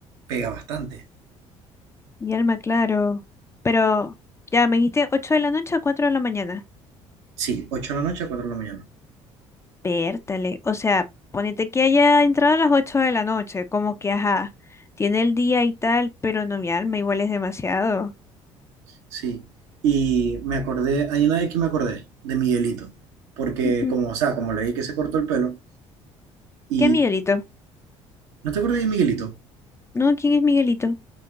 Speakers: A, on the right (about 65°); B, on the left (about 15°).
A: pega bastante.
B: mi alma, claro. Pero, ya, me dijiste 8 de la noche a 4 de la mañana.
A: Sí, ocho de la noche a cuatro de la mañana.
B: Pértale, o sea, ponete que haya entrado a las 8 de la noche, como que ajá, tiene el día y tal, pero no mi alma, igual es demasiado.
A: Sí. Y me acordé, hay una de que me acordé, de Miguelito, porque
B: Ujú.
A: como, o sea, como leí que se cortó el pelo, y
B: ¿Qué Miguelito?
A: ¿no te acuerdas de Miguelito?
B: No, ¿quién es Miguelito?